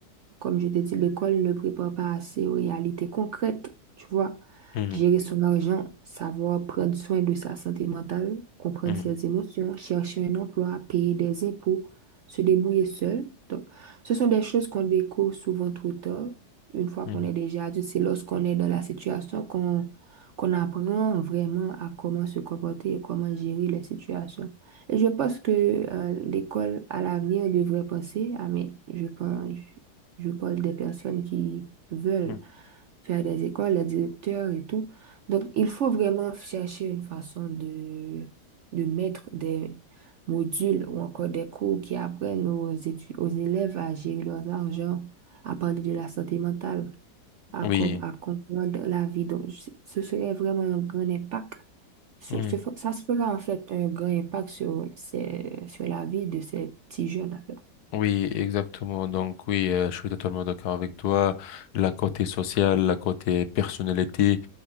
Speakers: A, on the right; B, on the left.
A: Comme je t'ai dit, l'école ne prépare pas assez aux réalités concrètes, tu vois.
B: Hmm,
A: Gérer son argent, savoir prendre soin de sa santé mentale, comprendre
B: hmm,
A: ses émotions, chercher un emploi, payer des impôts, se débrouiller seul. Donc, ce sont des choses qu'on découvre souvent trop tard. Une fois
B: hmm,
A: qu'on est déjà adulte, c'est lorsqu'on est dans la situation qu'on qu'on apprend vraiment à comment se comporter et comment gérer les situations. Et je pense que euh, l'école à l'avenir devrait penser, ah mais je pense. Je parle des personnes qui veulent
B: hmm.
A: faire des écoles, les directeurs et tout. Donc, il faut vraiment chercher une façon de, de mettre des modules ou encore des cours qui apprennent aux étu- aux élèves à gérer leurs argent, à parler de la santé mentale, à,
B: Oui.
A: com- à comprendre la vie. Donc, je- ce serait vraiment un grand impact. sur-
B: hmm.
A: ce fe- ça se fera en fait un grand impact sur, ces- sur la vie de ces petits jeunes, en fait.
B: Oui, exactement. Donc oui, euh, je suis totalement d'accord avec toi. La côté sociale, la côté personnalité,